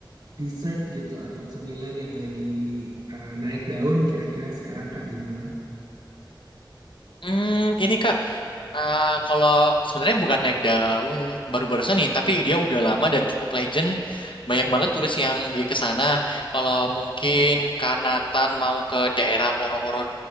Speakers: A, on the right; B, on the left.
A: dessert gitu atau cemilan yang lagi eh, naik daun kira-kira sekarang Kak di Malang?
B: Hmm, ini Kak, Ah, kalau sebenarnya bukan naik daun baru-barusan nih, tapi dia udah lama dan cukup legend. Banyak banget turis yang beli ke sana. Kalau mungkin Kanatan mau ke daerah Oro-Oro